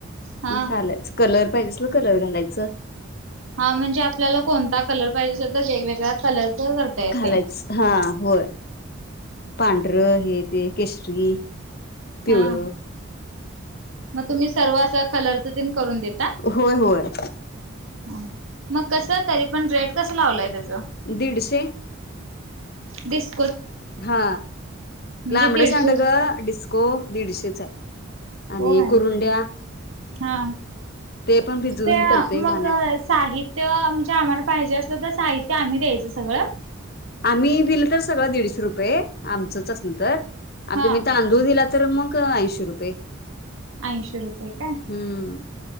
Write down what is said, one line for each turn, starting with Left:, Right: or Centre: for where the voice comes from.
Right: हा
Left: घालायचं. कलर पायजे असलं कलर घालायच
Right: हा म्हणजे आपल्याला कोनता कलर पायजे असला तर जे वेगवेगळ्या कलरच करता येते.
Left: घालायचं हा होय. पांढरं हे ते केसरी पिवळ
Right: हा मग तुम्ही सर्व असा कलरच तुम्ही करून देता
Left: होय होय.
Right: हम्म. मग कस तरी पण रेड कसं लावलाय त्याच
Left: दीडशे
Right: दिस
Left: हा
Right: म्हणजे
Left: लांबडं
Right: दीडशे
Left: सांडग डिस हो दीडशेच आणि
Right: होय
Left: कुरुंड्या
Right: हा
Left: ते पण भिजवून
Right: ते
Left: तरतय
Right: मग
Left: वाहण्यात.
Right: साहित्य म्हणजे आम्हाला पाहिजे असलं तर साहित्य आम्ही द्यायचं सगळं.
Left: आम्ही बिल तर सगळं दीडशे रुपये आमचंच अस ना तर आ
Right: हा
Left: तुम्ही तांदू दिला. तर मग ऐंशी रुपये
Right: ऐंशी रुपये काय
Left: हम्म.